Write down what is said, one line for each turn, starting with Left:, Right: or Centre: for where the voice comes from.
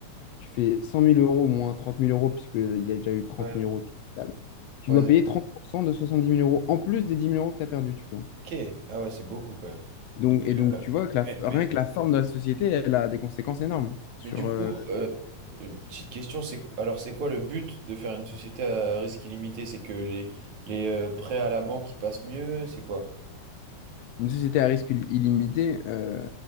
Left: tu fais cent mille euros moins trente mille euros, puisqu'il y a déjà eu trente
Right: Ouais.
Left: mille euros de capital, tu
Right: Ouais,
Left: dois
Right: zéro.
Left: payer 30% de soixante dix mille euros en plus des dix mille euros que tu as perdus, tu vois.
Right: Ok. Ah ouais, c'est beaucoup quand même.
Left: Donc, et donc,
Right: Euh,
Left: tu vois que la-
Right: Mais,
Left: rien
Right: mais
Left: que la forme de la société, elle a des conséquences énormes sur,
Right: Mais du coup,
Left: euh,
Right: euh, euh, petite question, c'est alors c'est quoi le but de faire une société à risque illimité? C'est que les, les euh, prêts à la banque qui passent mieux, c'est quoi?
Left: Une société à risque il- illimité, euh,